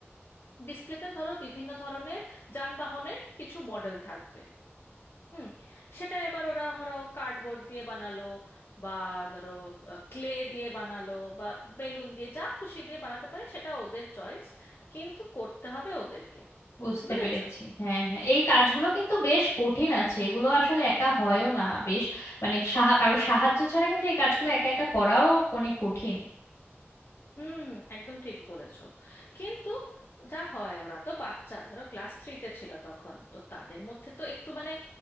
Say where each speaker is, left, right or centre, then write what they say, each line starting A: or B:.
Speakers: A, on the left; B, on the left.
A: ডিসপ্লেতে ধরো বিভিন্ন ধরনের যানবাহনের কিছু মডেল থাকবে হুম সেটা এবার ওরা ধরো কার্ডবোর্ড দিয়ে বানালো বা ধরো ক্লে দিয়ে বানালো বা বেলুন দিয়ে যা খুশি দিয়ে বানাতে পারে সেটা ওদের চয়েস কিন্তু করতে হবে ওদেরকে
B: বুঝতে
A: বুঝেছো
B: পেরেছি হ্যাঁ হ্যাঁ এই কাজগুলো কিন্তু বেশ কঠিন আছে এগুলো আসলে একা হয়ও না বেশ মানে সাহা কারো সাহায্য ছাড়া কিন্তু এই কাজগুলো একা একা করাও অনেক কঠিন
A: হুম হুম একদম ঠিক বলেছো কিন্তু যা হয় ওরা তো বাচ্চা ধরো ক্লাস থ্রিতে ছিল তখন তো তাদের মধ্যে তো একটু মানে